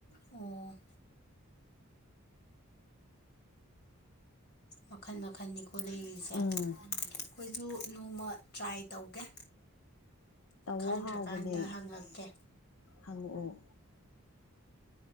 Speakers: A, on the left (about 45°); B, on the left (about 70°).
A: ꯑꯣ ꯃꯈꯜ ꯃꯈꯟꯅꯤꯀꯣ ꯂꯩꯔꯤꯁꯦ ꯑꯩꯈꯣꯏꯁꯨ
B: ꯎꯝ
A: ꯅꯣꯡꯃ ꯇ꯭ꯔꯥꯏ ꯇꯧꯒꯦ
B: ꯇꯧꯋꯣ
A: ꯈꯪꯗ꯭ꯔꯀꯥꯟꯗ
B: ꯍꯥꯎꯕꯅꯦ
A: ꯍꯪꯉꯛꯀꯦ
B: ꯍꯪꯉꯛꯑꯣ